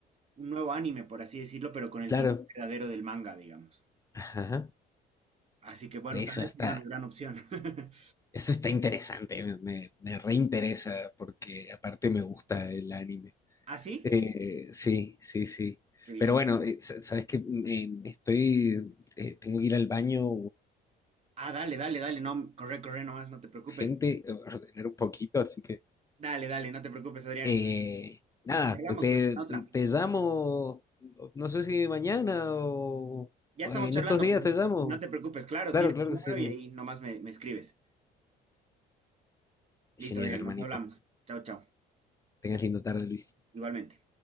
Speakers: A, on the right; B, on the left.
A: un nuevo anime, por así decirlo, pero con el
B: claro.
A: final verdadero del manga, digamos.
B: Ajá.
A: Así que bueno,
B: Eso
A: tal vez
B: está,
A: sería una gran opción. <laughs>
B: eso está interesante, me, me me reinteresa porque aparte me gusta el anime.
A: ¿Ah, sí?
B: Eh, sí, sí, sí.
A: Qué bien.
B: Pero bueno, eh, sa- sabes que mm, em, estoy, eh, tengo que ir al baño
A: Ah, dale, dale, dale, no, corre, corre nomás, no te preocupes.
B: urgente, eh, ordenar un poquito, así que
A: Dale, dale, no te preocupes, Adrián.
B: eh, nada,
A: Cargamos
B: te,
A: pues en otra.
B: te llamo, no sé si mañana o,
A: Ya
B: o
A: estamos
B: en
A: charlando,
B: estos días
A: pues
B: te llamo.
A: no te preocupes, claro,
B: Claro,
A: tienes
B: claro
A: mi
B: que
A: número
B: sí.
A: y ahí nomás me, me escribes.
B: Genial,
A: Listo, Adrián,
B: hermanito.
A: nos hablamos. Chao, chao.
B: Tengas lindo tarde, Luis.
A: Igualmente.